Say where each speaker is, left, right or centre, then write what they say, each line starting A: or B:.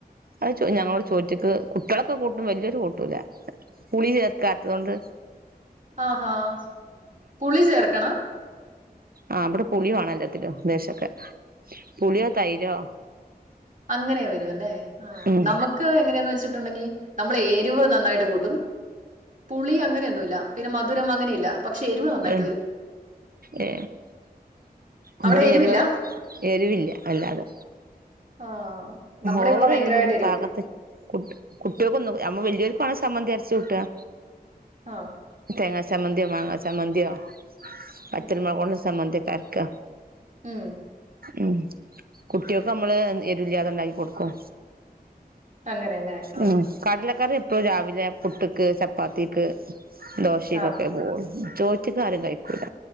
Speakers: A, on the right (about 65°); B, on the right (about 50°).
A: അത് ചോ
B: ഉം
A: ഞങ്ങളോട് ചോയ്ചിക്ക്. കുട്ടികളൊക്കെ കൂട്ടും വല്ല്യൊരു കൂട്ടില്ല. പുളി ചേർക്കാത്തൊണ്ട്
B: ആഹാ പുളി ചേർക്കണം?
A: ആ ഇബടെ പുളി വേണം എല്ലാത്തിലും ലേശൊക്കെ. പുളിയോ തൈരോ?
B: അങ്ങനെയാ വരുവല്ലെ? ആ
A: ഉം
B: നമ്മക്ക് എങ്ങനെയാന്ന് വെച് ണ്ടങ്കി നമ്മള് എരിവ് നന്നായിട്ട് കൂട്ടും. പുളി അങ്ങനെയൊന്നുമില്ല. പിന്നെ മധുരം അങ്ങനെയില്ല. പക്ഷെ എരിവ് നന്നായിട്ട്
A: എ
B: വരും
A: ഏ
B: അവിടെ
A: ഇവിടെയെരുവ്
B: എരിവില്ല
A: എരുവില്ല വല്ലാതെ.
B: ആഹ് നമ്മുടെ
A: ഓവറിടൂല
B: ഇവിടെ ഭയങ്കരമായിട്ട് എരിവ്
A: പാകത്തിന്
B: വരും
A: കുട്ടി കുട്ട്യോക്കൊന്നും നമ്മ വല്ല്യോർക്കു സമ്മന്തി അരിച്ചുട്ടുവ.
B: ആ
A: തേങ്ങച്ചമ്മന്തിയോ മാങ്ങാച്ചമ്മന്തിയോ? <unintelligible> വറ്റൽ
B: ഉം ഉം.
A: മുളക് കൊണ്ട് സമ്മന്തി ക്ക
B: ഉം
A: ഉം കുട്ടിയൊക്കമ്മള് എൻ എരി ല്ലങ്കി അതുണ്ടാക്കി കൊടുക്കും.
B: അങ്ങനെയല്ലേ ആഹ്
A: ഉം കടലക്കറി ഇപ്പോ രാവിലെ പുട്ട്ക്ക് ചപ്പാത്തിക്ക് ദോഷികക്കെ
B: ആഹ്
A: പോവൊള്ളൂ ചോറ്റിക്കാരും കഴിക്കൂല